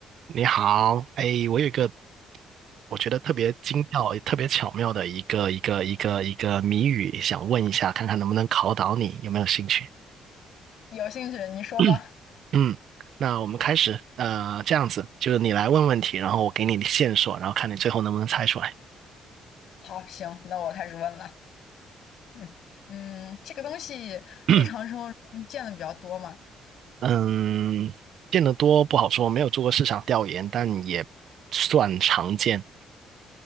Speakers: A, on the right (about 55°); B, on the left (about 60°).
A: 你好，哎，我有一个我觉得特别精妙、也特别巧妙的一个一个一个一个谜语，想问一下，看看能不能考倒你，有没有兴趣？
B: 有兴趣你说吧。
A: <clears throat> 嗯，那我们开始，呃，这样子，就是你来问问题，然后我给你线索，然后看你最后能不能猜出来。
B: 好，行，那我开始问了。嗯嗯，这个东西日常生活中见的比较多嘛，
A: <clears throat> 嗯，见得多不好说，没有做过市场调研，但也算常见。